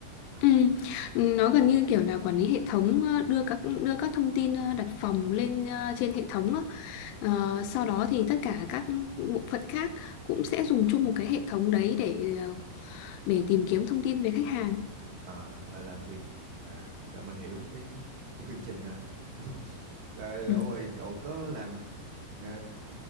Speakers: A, on the left (about 80°); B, on the right (about 55°).
A: Ừ. Nó gần như kiểu là quản lý hệ thống ờ, đưa các đưa các thông tin ờ, đặt phòng lên ờ, trên hệ thống á. Ờ, sau đó thì tất cả các bộ phận khác cũng sẽ dùng chung một cái hệ thống đấy để ờ, để
B: Là,
A: tìm kiếm thông tin về khách hàng.
B: à, ờ, làm việc à rồi mình hiểu cái, cái quy trình rồi. <laughs> Rồi lâu
A: Ừ.
B: rồi cậu có làm ờ,